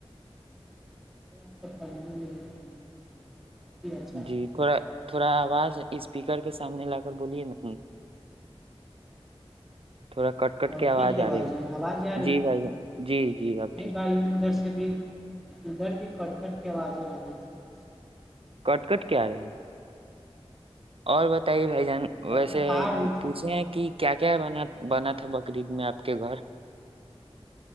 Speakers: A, in the centre; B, on the right.
A: <inaudible> <inaudible>
B: جی
A: کپڑا
B: تھوڑا تھوڑا آواز اسپیکر کے سامنے لا کر بولیے نا تھوڑا کٹ کٹ
A: اور
B: کے آواز
A: ٹھیک ہے بھائی
B: آ رہی
A: جان
B: ہے
A: آواز آ رہی
B: جی بھائی جان جی جی اب
A: نہیں
B: ٹھیک
A: بھائی جان ادھر سے بھی ادھر بھی کٹ کٹ کی آوازیں آ رہی ادھر سے بھی
B: کٹ کٹ کیا رہی اور بھائی جان
A: ہاں بھائی
B: ویسے
A: جان آ رہی تھی
B: پوچھے ہیں کہ کیا کیا بناات بنا تھا بقرریید میں آپ کے گھر